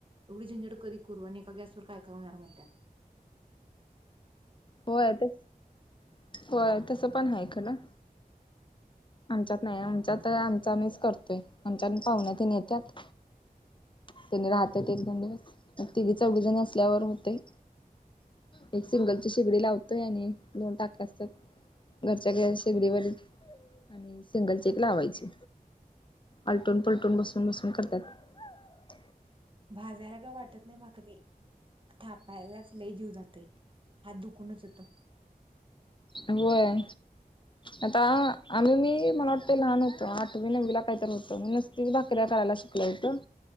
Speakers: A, on the right; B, on the left.
A: एवढी झंझड कधी करू आणि एका गॅसवर काय काय होणार मणत्यात
B: होय. त-होय तसं पण हाय खरं आमच्यात नाही आमच्यात आमचं आम्हीच करतोय, आमच्या पाहुण्या तेन येत्यात त्यनी राहत्यात एक दोन-दिवस मग तिघी-चौघी जण असल्यावर हुतय. एक सिंगलची शिगडी लावतोय आणि दोन टाक्या घरच्या गँ शेगडीवर आणि सिंगल चेक लावायचे. आलटून-पलटून बसून-बसून कर <unintelligible>
A: भाजायला काय वाटत नाही भाकरी. थाप पहिलाच लय जीव जातंय, हात दुखूनच येतो.
B: होय. आता आम्ही मी मला वाटतय लहान होतो. आठवी- नववी ला काय तर हुतो. मी नसती भाकऱ्या कराय शिकलं हुतं